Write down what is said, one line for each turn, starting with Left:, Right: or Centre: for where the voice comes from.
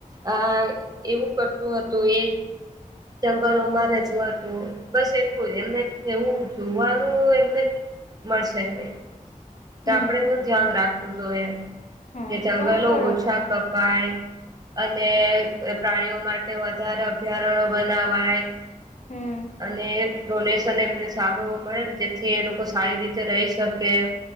Right: આ એવું કરતું હતું એ જંગલોમાં રેતું હતું બસ એટલું જ એમને એવું જોવાનું એમને મળશે નય, તો
Left: હમ
Right: આપણે ને ધ્યાન રાખવું જોઈએ.
Left: હમ
Right: કે જંગલો
Left: તમે બરોબર
Right: ઓછા કપાય. અને પ્રાણીઓ માટે વધારે અભયારણ્ય બનાવાય.
Left: હમ
Right: અને ડોનેશન એમને સારુ મળેને તેથી એ લોકો સારી રીતે રહી શકે.